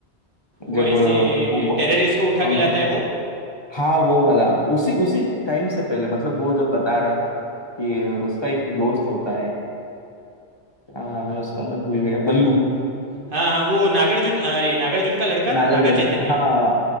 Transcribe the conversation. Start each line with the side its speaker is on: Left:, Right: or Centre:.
Right: वो
Left: जब
Right: ऐसे
Left: अ, वो ब-
Right: टेररिस्ट को उठा
Left: बंक
Right: के लाता है वो
Left: हाँ वो वाला उसी उसी टाइम से पहले मतलब वो जब बता रहा था कि उसका एक दोस्त होता है क्या नाम है उसका मैं भूल गया बल्लू
Right: वो- हाँ हाँ वो नागार्जुन अरे नागार्जुन का लड़का
Left: नागर
Right: ना नागा
Left: गंग-
Right: चैतन्य
Left: हाँ